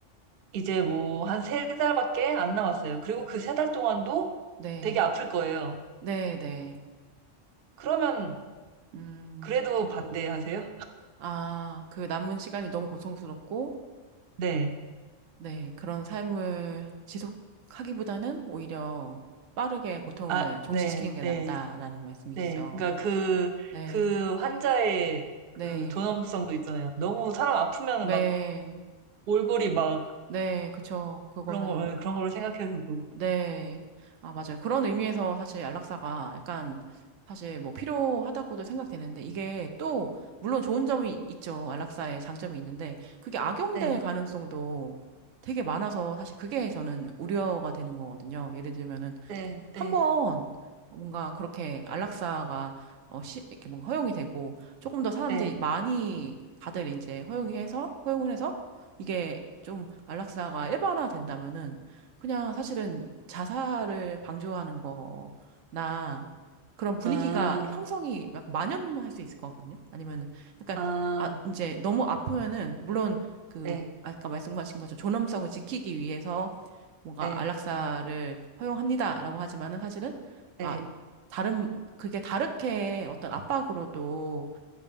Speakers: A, on the right; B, on the right.
A: 이제 뭐 한 세 달밖에 안 남았어요. 그리고 그 세 달 동안도
B: 네,
A: 되게 아플 거예요.
B: 네, 네.
A: 그러면
B: 음,
A: 그래도 반대하세요?
B: 아, 그 남은 시간이 너무 고통스럽고,
A: 네.
B: 네, 그런 삶을 지속하기보다는 오히려 빠르게 고통을
A: 아,
B: 종식시키는
A: 네,
B: 게
A: 네,
B: 낫다라는 말씀이시죠.
A: 네. 그러니까 그,
B: 네,
A: 그 환자의 그
B: 네,
A: 존엄성도 있잖아요. 너무 사람 아프면은
B: 네,
A: 막 몰골이 막
B: 네, 그쵸. 그거는,
A: 그런 걸, 그런 걸 생각해서. 도
B: 네. 아, 맞아요. 그런 의미에서 사실 안락사가 약간 사실 뭐 필요하다고도 생각되는데 이게 또, 물론 좋은 점이 있죠. 안락사의 장점이 있는데 그게 악용될
A: 네,
B: 가능성도 되게 많아서 사실 그게 저는 우려가 되는 거거든요. 예를 들면은
A: 네,
B: 한번
A: 네,
B: 뭔가 그렇게 안락사가 어, 시, 이렇게 뭔가 허용이 되고 조금 더 사람들이
A: 네.
B: 많이 다들 이제 허용해서 허용을 해서 이게 좀 안락사가 일반화 된다면은 그냥 사실은 자살을 방조하는 거나 그런 분위기가
A: 아,
B: 형성이 막 만연할 수 있을 것 같거든요. 아니면은 약간
A: 아,
B: 아 이제 너무 아프면은 물론 그
A: 네,
B: 아까 말씀하신 것처럼 존엄성을 지키기 위해서 뭔가
A: 네,
B: 안락사를 허용합니다라고 하지만은 사실은 아
A: 네.
B: 다른 그게 다르게 어떤 압박으로도